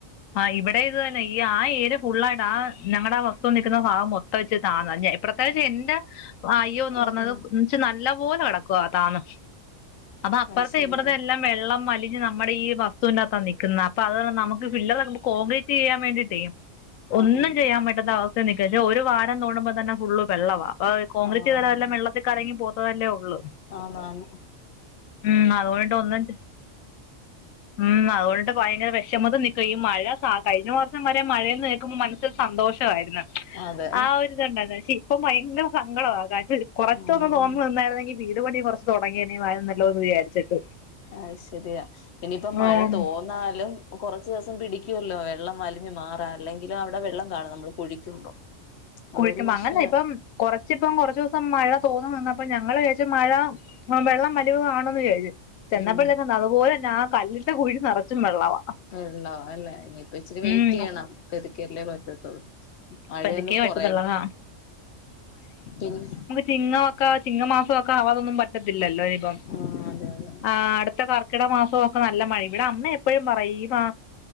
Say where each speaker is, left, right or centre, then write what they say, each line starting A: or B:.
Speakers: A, on the left (about 90°); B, on the left (about 65°).
A: ആ ഇവടെ ഇത് തന്നെ ഈ ആ ഏരിയ ഫുള്ളായിട്ട് ആ ഞങ്ങടെ ആ വസ്തു നിക്കുന്ന ഭാഗം മൊത്ത വെച്ച് താന്നതാ ഇഞ് പ്രത്യേകിച്ച് ഇന്റെ. അയ്യോന്ന്
B: ഉം
A: പർഞ്ഞത്
B: ഉം
A: ച്ച് നല്ല പോലെ കേടക്കുവ താന്ന് അപ്പൊ അപ്പർത്തെ
B: അത് ശരി
A: ഇപ്പർത്തെ എല്ലം വെള്ളം അലിഞ് നമ്മളെ ഈ വസ്തുവിനകത്താ നിക്ക്ന്ന് അപ്പ അത് നമുക്ക് ഫില്ലറ് കോങ്ക്രീറ്റ് ചെയ്യാം വേണ്ടിട്ടേ
B: ആഹ്
A: ഒന്നും
B: ആഹ്
A: ചെയ്യാം പറ്റാത്ത അവ നിക്ക പക്ഷെ ഒരു വാരം തോണുമ്പോ തന്നെ ഫുള്ള് വെള്ളവാ. ആ കോൺഗ്രീറ്റ്
B: ആഹ്
A: ചെയ്‌താല് എല്ലം വെള്ളത്തി കലങ്ങി പോവത്തതല്ലേ ഒള്ളൂ.
B: അതാണ്.
A: ഉം അതോണ്ട് ഒന്ന് ഇണ്ട് ഉം അതോണ്ട്‌. ഭയങ്കര വിഷമതതി നിക്ക. ഈ മഴ കഴിഞ്ഞ വർഷം വരെ മഴന്ന് കേൾക്കുമ്പോ മനസ്സിൽ സന്തോഷവായിരുന്ന്.
B: അതെ
A: ആ ഒരി ത്ണ്ടല്ലോ. ക്ഷേ ഇപ്പ ഭയങ്കര സങ്കടവാ. കൊറച്ചൊന്ന്
B: ഉം
A: തോർന്നുന്നിന്നായിരുന്നെങ്കി. വീട് പണി കൊറച്ച് തുടങ്ങി നീ മഴ ന്നല്ലോ വിചാരിച്ചിട്ട്.
B: ആഹ് ശെരിയാ. ഇനിപ്പോ മഴ
A: ഉം
B: തോന്നാലും. കൊറച്ചു ദിവസം പിടിക്കുല്ലോ വെള്ളം വലിഞ് മാറാ. അല്ലെങ്കിലും അവിടെ വെള്ളം കാണും നമ്മള് കുഴിക്കുമ്പോ. അതൊരു
A: കുളിക്കുമ്പം
B: വിഷയ
A: അങ്ങല്ല. ഇപ്പം കൊറ ച് പ്പം കൊറച്ചൂസം മഴ തോന്നു നിന്നപ്പ ഞങ്ങള് വിയാരിച്ചു മഴ വെള്ളം വലിവ് കാണുന്ന് വിചാര്ച്ചു. ചെന്നപ്പള്ളന്നെ
B: ഉം
A: അതുപോലെന്ന ആഹ് കല്ലിന്റെ കുഴി നറച്ചും വെള്ളവാ.
B: വെള്ളൊ അല്ലെ ഇനിയിപ്പൊ ഇച്ചിരി വെയിറ്റ്
A: ഉം
B: യ്യണം പതുക്കല്ലേ പറ്റത്തോളൂ. മഴയൊന്ന്
A: പതുക്കേ പറ്റത്തുള്ളതാ
B: കൊറയണം. പിന്നെ.
A: ചിങ്ങ ഒക്കെ. ചിങ്ങമാസൊക്കെ ആവാതൊന്നും പറ്റത്തില്ലല്ലോ നിപ്പം.
B: ആഹ് അതെ അതെ
A: ആഹ് അടുത്ത കർക്കിട മാസൊക്കെ നല്ല മഴ. ഇവിടെ അമ്മ എപ്പോഴും പറയും ഈ മാ